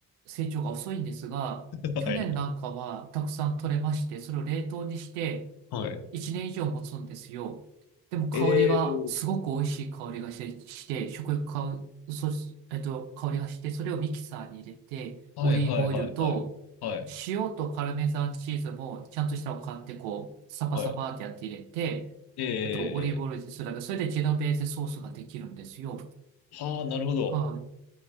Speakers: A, on the right; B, on the left.
A: 成長が遅いんですが、
B: ー。
A: 去年なんかはたくさん取れまして、
B: <laughs> はい。
A: それを冷凍にして、
B: はい。
A: 一年以上持つんですよ。でも香りが、
B: ええー。
A: すごく美味しい香りがして、して食欲か、そし、えっと、香りがして、それをミキサーに入れて、
B: はいはいはいはい。
A: オリーブオイルと、
B: はい。
A: 塩とパルメザンチーズも、ちゃんとしたのを買って、こう、サパサパってやって入れて、
B: はい。ええ
A: えっと、オリーブオイルでするだけ、それでジェノベーゼソースができるんですよ。
B: ー。はあ、なるほど。
A: はい。